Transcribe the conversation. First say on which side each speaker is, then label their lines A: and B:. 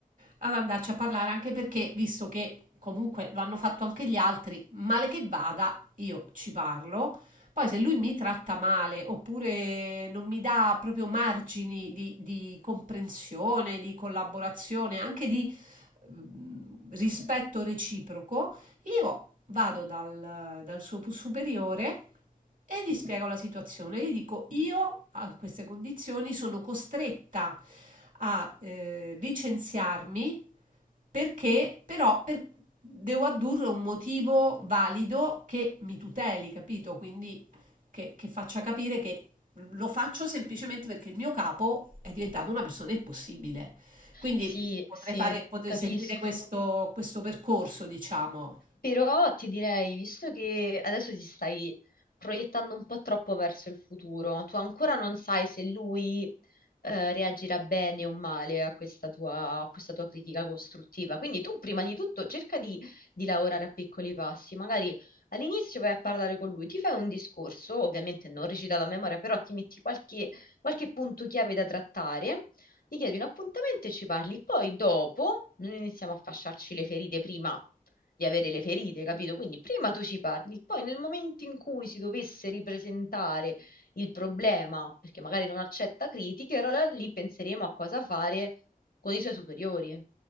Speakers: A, on the right (about 60°); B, on the left (about 80°).
A: ad andarci a parlare anche perché, visto che comunque lo hanno fatto anche gli altri, male che vada, io ci parlo. Poi se lui mi tratta male oppure non mi dà proprio margini di, di comprensione, di collaborazione, anche di mm, rispetto reciproco, io vado dal, dal suo superiore e gli spiego la situazione. Gli dico: Io a queste condizioni sono costretta a eh, licenziarmi perché però per- devo addurre un motivo valido che mi tuteli, capito? Quindi che, che faccia capire che lo faccio semplicemente perché il mio capo è diventato una persona impossibile. Quindi
B: Sì,
A: Sì, potrei
B: sì,
A: fare, potrei
B: capisco.
A: sì. seguire questo, questo percorso, diciamo.
B: Però ti direi, visto che adesso ti stai proiettando un po' troppo verso il futuro, tu ancora non sai se lui eh, reagirà bene o male a questa tua, a questa tua critica costruttiva. Quindi tu prima di tutto cerca di, di lavorare a piccoli passi. Magari all'inizio vai a parlare con lui, ti fai un discorso, ovviamente non recitato a memoria, però ti metti qualche, qualche punto chiave da trattare. Ti chiedi un appuntamento e ci parli, poi dopo non iniziamo a fasciarci le ferite prima di avere le ferite, capito? Quindi prima tu ci parli, poi nel momento in cui si dovesse ripresentare il problema, perché magari non accetta critiche, allora lì penseremo a cosa fare con i suoi superiori.